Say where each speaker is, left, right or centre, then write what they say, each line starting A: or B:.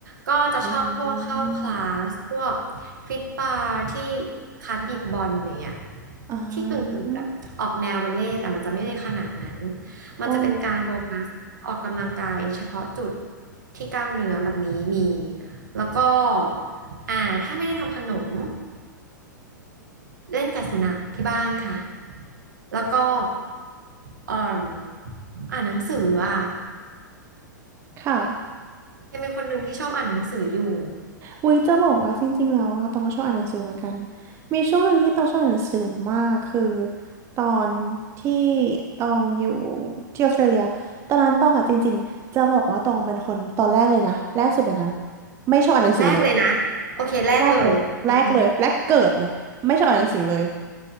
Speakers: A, on the right; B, on the right.
A: ก็จะชอบพวกเข้าคลาสพวก
B: อืม
A: ฟิตบาร์ที่คลาสบีบบอลอย่างเงี้ย
B: อ่
A: ที่กึ่งกึ่งแบบออกแนวบัลเล่ต์แต่มันจะไม่ได้ขนาดนั้น
B: า
A: มันจะเป็นการโฟกัสออกกำลังกายเฉพาะจุด
B: โอ้
A: ที่กล้ามเนื้อแบบนี้มีแล้วก็อ่าถ้าไม่ได้ทำขนมเล่นกับสุนัขที่บ้านค่ะแล้วก็เอ่มอ่านหนังสืออ่ะ
B: ค่ะ
A: ยังเป็นคนหนึ่งที่ชอบอ่านหนังสืออยู่
B: อุ้ยจะบอกว่าจริงๆแล้วว่าตองก็ชอบอ่านหนังสือเหมือนกันมีช่วงหนึ่งที่ตองชอบอ่านหนังสือมากคือตอนที่ตองอยู่ที่ออสเตรเลียตอนนั้นตองอ่ะจริงๆจะบอกว่าตองเป็นคนตอนแรกเลยนะแรกสุดเลยนะไม่ชอบอ่านหนังสือเลย
A: แรกเลยนะโอเคแรกเลยยัง
B: แรกเลยแรกเลยแรกเกิดเลยไม่ชอบอ่านหนังสือเลย